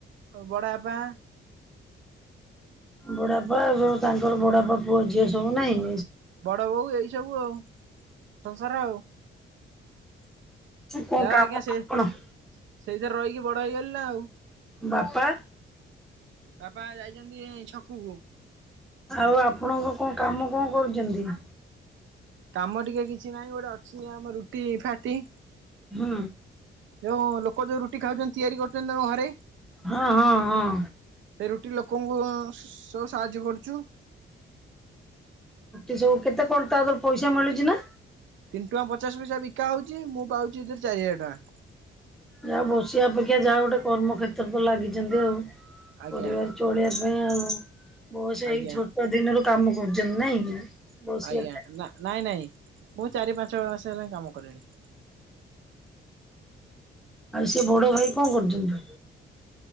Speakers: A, on the right (about 75°); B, in the centre.
A: ବଡ ବାପା
B: ବଡାପା ଆଉ ସବୁ ତାଙ୍କର ବଡାପା ପୁଅ ଝିଅ ସବୁ ନାହିଁ।
A: ବଡ ବୋଉ ଏଇ ସବୁ ଆଉ। ସଂସାର ଆଉ
B: କଣ
A: ଯାହା
B: କାମ
A: ଆଜ୍ଞା ସେ
B: କଣ?
A: ସେଇଥିରେ ରହିକି ବଡ ହେଇଗଲି ନା ଆଉ।
B: ବାପା।
A: ବାପା ଯାଇଛନ୍ତି ଏ ଛକୁକୁ।
B: ଆଉ ଆପଣଙ୍କ କଣ କାମ କଣ କରୁଛନ୍ତି?
A: କାମ ଟିକେ କିଛି ନାହିଁ, ଗୋଟେ ଅଛି ଆମ ରୁଟି ଫାଟି
B: ହୁଁ।
A: ଯୋଉ ଲୋକ ଯୋଉ ରୁଟି ଖାଉଛନ୍ତି, ତିଆରି କରୁଛନ୍ତି ତମ ଘରେ।
B: ହଁ ହଁ ହଁ।
A: ସେ ରୁଟି ଲୋକଙ୍କୁ ସବୁ ସାହାଯ୍ୟ କରୁଛୁ।
B: ଏ ସବୁ କେତେ କଣ ତାର ପଇସା ମିଳୁଛି ନା?
A: ତିନି ଟଙ୍କା ପଚାଶ ପଇସା ବିକା ହଉଛି। ମୁଁ ପାଉଛି ଏଥିରେ ଚାରି ହଜାର ଟଙ୍କା।
B: ଯାହା ବସିବା ଅପେକ୍ଷା ଯାହା ଗୋଟେ କର୍ମକ୍ଷେତ୍ର ତ ଲାଗିଛନ୍ତି ଆଉ
A: ଟଙ୍କା ଆଜ୍ଞା
B: କରିବା ଚଳେଇିବା ପାଇଁ ଆଉ ବୟସ
A: ଆଜ୍ଞା
B: ଏଇ ଛୋଟ ଦିନରୁ କାମ କରୁଛନ୍ତି ନାଇଁ କି? ବସିବା
A: ଆଜ୍ଞା ନା ନାଇଁ ନାଇଁ ମୁଁ ଚାରି ପାଞ୍ଚ ମାସ ହେଲାଣି କାମ କଲିଣିନି।
B: ଆଉ ସେ ବଡ ଭାଇ କଣ କରୁଛନ୍ତି?